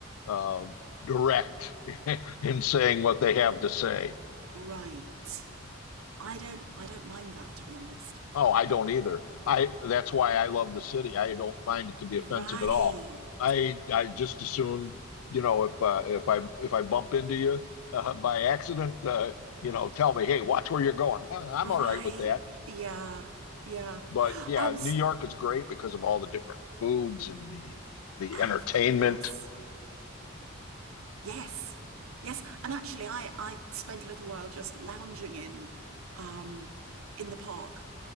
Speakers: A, on the left; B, on the right.
A: uh, direct <laughs> in saying what they have to say.
B: Right. I don't I don't mind that to be honest.
A: Oh, I don't either. I that's why I love the city. I don't find it to be offensive
B: Right.
A: at all. I I just assume, you know, if uh, if I if I bump into you uh, by accident, uh, you know, tell me, hey, watch where you're going. Uh, I'm
B: Right.
A: all right with that.
B: Yeah. Yeah.
A: But yeah,
B: I was,
A: New York is great because of all the different foods and the the
B: oh,
A: entertainment.
B: of course. Yes, yes, and actually, I I spent a little while just lounging in, um, in the park,